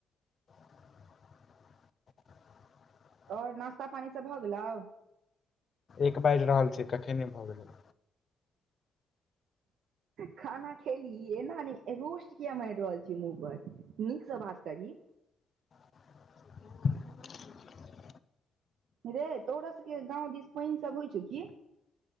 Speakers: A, on the left; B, on the right.
A: आ <unintelligible>
B: आओर नास्ता पानी सब भ गेलो
A: एक बाजि रहल छै कखन नय भ गेलै
B: खाना खेलही एना नय रोस्ट किया मारि रहल छी मुँह पर नीकसँ बात करी
A: <inaudible>
B: रे तोरो सबके गाँव दिस पानि सब होइ छौ की